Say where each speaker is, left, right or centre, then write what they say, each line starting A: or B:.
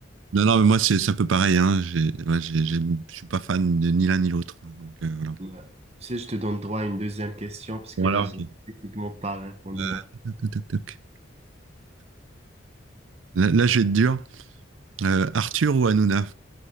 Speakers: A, on the right; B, on the right.
A: Non, non, mais moi c'est c'est un peu pareil, hein. J'ai, ouais, j'ai- j'ai- je suis pas fan de ni l'un ni l'autre. hein. Donc euh, voilà.
B: Ouais. Tu sais, je te donne droit à une deuxième question, puisque
A: Bon
B: là,
A: alors.
B: j'ai
A: ok.
B: techniquement pas répondu.
A: Euh,
B: Hein.
A: Toc, toc, toc. Là, là, je vais être dur. Euh, Arthur ou Hanouna?